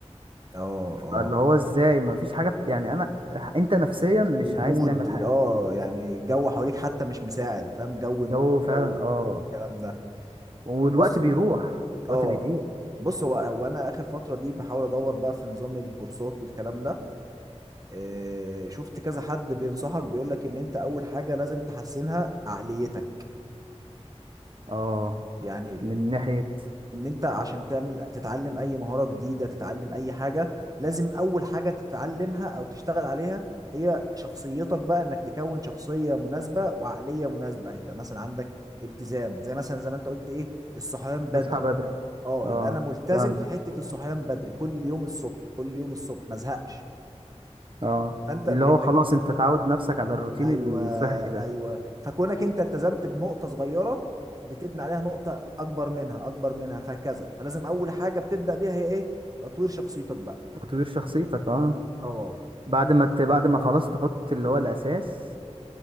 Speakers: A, on the right; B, on the right.
A: اه اه
B: فاللي هو إزاي مفيش حاجة بت... يعني أنا أنت نفسيا مش
A: المود
B: عايز تعمل
A: ال-
B: حاجة
A: اه يعني الجو حواليك حتى مش مساعد فاهم جو
B: الجو
A: نوم
B: فعلا
A: جو
B: اه
A: الكلام ده
B: والوقت
A: بص
B: بيروح الوقت
A: اه
B: بيضيع
A: بص هو هو انا اخر فترة دي بحاول ادور بقى في نظام الكورسات والكلام ده آه، شفت كذا حد بينصحك بيقول لك ان انت اول حاجة لازم تحسنها عقليتك
B: اه
A: يعني
B: من ناحية
A: ان انت عشان تعمل تتعلم اي مهارة جديدة تتعلم اي حاجة لازم اول حاجة تتعلمها او تشتغل عليها هي شخصيتك بقى انك تكون شخصية مناسبة وعقلية مناسبة يبقى مثلا عندك التزام زي مثلا زي ما انت قلت ايه الصحيان بدري
B: تصحى بدري
A: اه
B: اه
A: يبقى انا ملتزم
B: فهمت
A: في حتة الصحيان بدري كل يوم الصبح كل يوم الصبح ما ازهقش
B: اه
A: فانت بانك
B: اللي هو خلاص انت تعود نفسك على الروتين
A: ايوه
B: الصحي ده
A: ايوه فكونك انت التزمت بنقطه صغيره بتبني عليها نقطه اكبر منها اكبر منها فهكذا فلازم اول حاجه بتبدا بيها هي ايه تطوير شخصيتك بقى
B: تطوير شخصيتك اه
A: اه
B: بعد ما ت... بعد ما خلاص تحط اللي هو الأساس